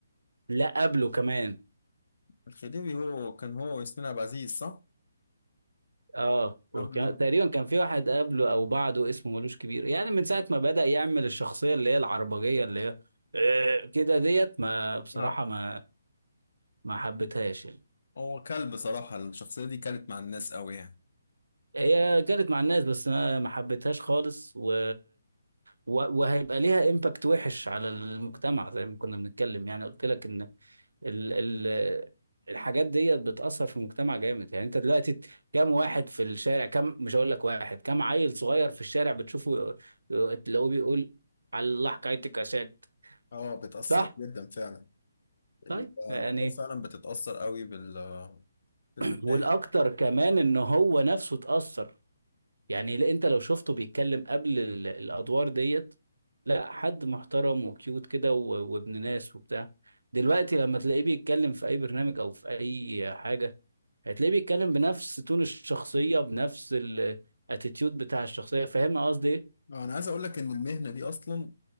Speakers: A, on the right; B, on the left.
A: لا قبله كمان
B: الخديوي هو كان هو وياسمين عبد العزيز صح؟
A: اه وكان
B: قبله
A: تقريبا كان في واحد قبله او بعده اسمه ملوش كبير يعني من ساعه ما بدأ يعمل الشخصيه اللي هي العربجيه اللي هي آه، كده ديت ما بصراحه
B: اه
A: ما ما حبيتهاش يعني
B: هو كلب صراحة الشخصية دي كانت مع الناس قوي يعني
A: هي جرت مع الناس بس ما ما حبيتهاش خالص و... و... وهيبقى ليها امباكت وحش على المجتمع زي ما كنا بنتكلم يعني قلت لك ان ال ال الحاجات دي بتأثر في المجتمع جامد يعني انت دلوقتي كام واحد في الشارع كام مش هقول لك واحد كام عيل صغير في الشارع بتشوفه ي- تلاقوه بيقول على الله حكايتك يا سات
B: اه بتأثر
A: صح
B: جدا فعلا الأطفال
A: طيب يعني
B: فعلا بتتأثر قوي بال بالمشاهد
A: <clears throat> والاكتر كمان ان هو نفسه اتأثر يعني لا انت لو شفته بيتكلم قبل ال- الادوار ديت لا حد محترم وكيوت كده و- وابن ناس وبتاع دلوقتي لما تلاقيه بيتكلم في اي برنامج او في اي حاجة هتلاقيه بيتكلم بنفس تون الشخصية بنفس الاتيتيود بتاع الشخصية فاهم قصدي ايه؟
B: آه، أنا عايز أقول لك إن المهنة دي أصلا